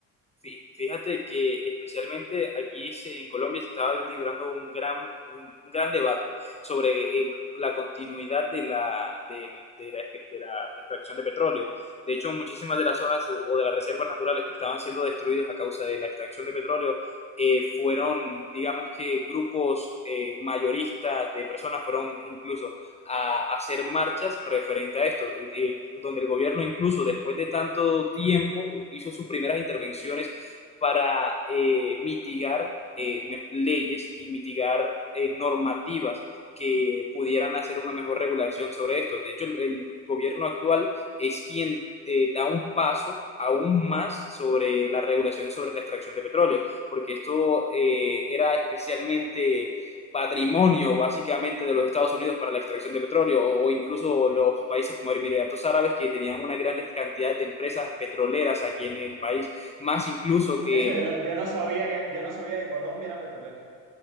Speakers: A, on the left; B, on the right.
A: Sí, fíjate que especialmente aquí se- en Colombia se estaba librando un gran, un, un gran debate sobre el- la continuidad de la, del- de la, de la extracción de petróleo. De hecho, muchísimas de las zonas o de las reservas naturales que estaban siendo destruidas a causa de la extracción de petróleo eh, fueron, digamos que grupos eh, mayoristas de personas fueron incluso a hacer marchas referente a esto, eh, donde el gobierno incluso después de tanto tiempo hizo sus primeras intervenciones para eh, mitigar eh, me- leyes y mitigar eh, normativas que pudieran hacer una mejor regulación sobre esto. De hecho, el, el gobierno actual es quien eh, da un paso aún más sobre la regulación sobre la extracción de petróleo, porque esto eh, era especialmente patrimonio básicamente de los Estados Unidos para la extracción de petróleo o, o incluso los países como Emiratos Árabes que tenían una gran cantidad de empresas petroleras aquí en el país, más incluso que
B: De hecho, yo no, yo no sabía que, yo no sabía que Colombia era petrolera.